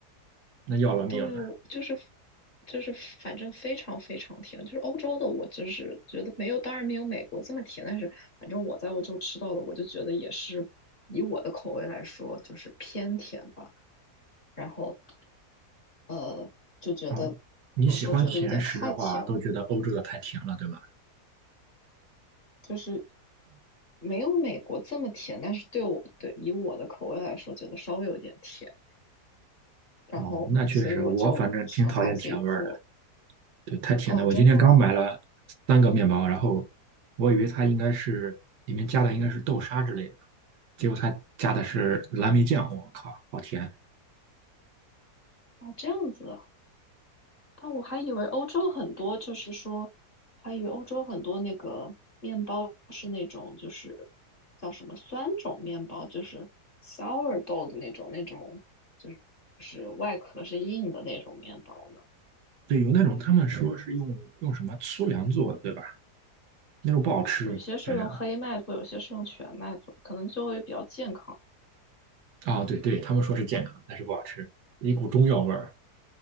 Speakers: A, on the right (about 85°); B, on the left (about 35°).
A: 那要了命了
B: 对，我就是就是反正非常非常甜，就是欧洲的我就是觉得没有，当然没有美国这么甜，但是反正我在欧洲吃到的，我就觉得也是以我的口味来说，就是偏甜吧。然后呃，就觉得有时候觉得有点太甜了，
A: 啊！你喜欢甜食的话，都觉得欧洲的太甜了，对吧？
B: 就是没有美国这么甜，但是对我对以我的口味来说，觉得稍微有点甜。然后所以我就常常自己做。
A: 哦，那确实，我反正挺讨厌甜味儿的，对，太甜了。
B: 哦，真的啊
A: 我今天刚买了三个面包，然后我以为它应该是里面加的应该是豆沙之类的，结果它加的是蓝莓酱，我靠，好甜！
B: 哦，这样子啊。但我还以为欧洲很多，就是说，我还以为欧洲很多那个面包是那种，就是叫什么酸种面包，就是 sourdough 的那种，那种就是就是外壳是硬的那种面包呢。
A: 对，有那种他们说是用用什么粗粮做的，对吧？那种不好吃，
B: 有些是用黑麦做，
A: 反正
B: 有些是用全麦做，可能就会比较健康。
A: 啊，对对，他们说是健康，但是不好吃，一股中药味儿。